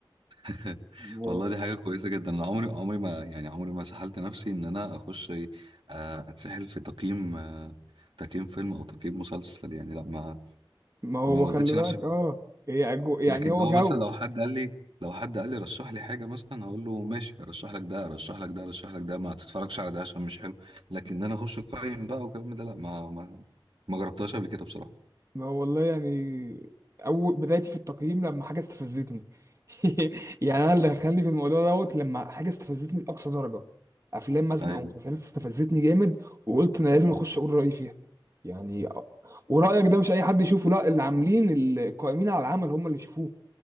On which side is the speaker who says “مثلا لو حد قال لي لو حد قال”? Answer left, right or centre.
Right